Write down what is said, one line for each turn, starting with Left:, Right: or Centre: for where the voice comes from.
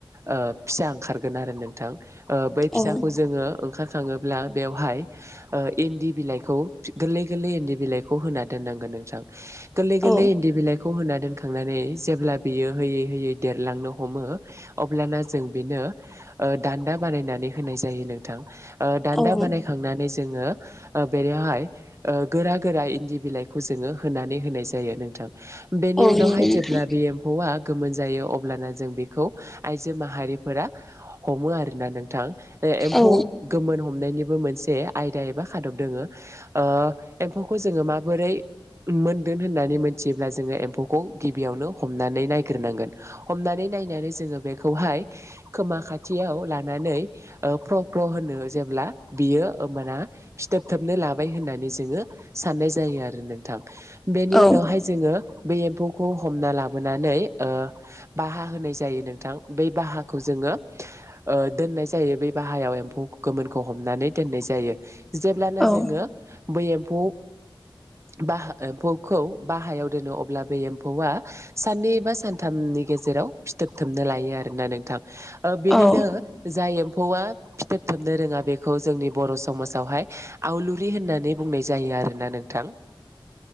Right: ओ फिसा ओंखारगोन आरो नोंथां ओ बै फिसा
Centre: औ
Right: ओंखार खाङोब्ला बेवहाय ओ इन्दि बिलाइखौ गोरलै गोरलै इन्दि बिलाइखौ होना दोननांगोन नोंथां गोरलै गोरलै
Centre: औ
Right: इन्दि बिलाइखौ होना दो खांनानै जेब्ला बियो होयै होयै देरलांनो हमो अब्लाना जों बेनो ओ दान्दा बानायनानै होनाय जायो नोंथां ओ
Centre: औ
Right: दान्दा बानायखांनानै जोङो ओ बेनिहाय ओ गोरा गोरा इन्दि बिलाइखौ जोङो होनानै होनाय जायो नोंथां बेनि
Centre: औ
Right: उनावहाय
Centre: नंगौ नोंथां
Right: जेब्ला बे एम्फौआ गोमोन जायो अब्लाना जों बेखौ आइजो माहारिफोरा हमो आरोना नोंथां एम्फौ
Centre: औ
Right: गोमोन हमनायनि बो मोनसे आयदा एबा खादब दङो ओ एम्फौखौ जोङो माबोरै मोनगोन होननानै मोनथियोब्ला जोङो एम्फौखौ गिबियावनो हमनानै नायग्रोनांगोन हमनानै नायनानै जोङो बेखौहाय खोमा खाथियाव लानानै ओ फ्र फ्र होनो जेब्ला बियो माना फिथोब थोबनो लाबाय होननानै जोङो साननाय जायो आरो नोंथां बेनि
Centre: औ
Right: उनावहाय जोङो बै एम्फौखौ हमना लाबोनानै ओ बाहा होनाय जायो नोंथां बाहाखौ जोङो ओ दोननाय जा यो बे बाहायाव एम्फौ गोमोनखौ हमनानै दोननाय जायो जेब्लाना
Centre: औ
Right: जोङो बै एम्फौ बाहा एमफौ खौ बाहायाव दोनो अब्ला बे एम्फौआ साननै बा सानथामनि गेजेराव फिथोबथोबनो लायो आरोना नोंथां ओ बिनिनो
Centre: औ
Right: जायो एम्फौआ फिथोबथोबनो रोङा बेखौ जोंनि बर' समाजावहाय आवलुरि होननानै बुंनाय जायो आरोना नोंथां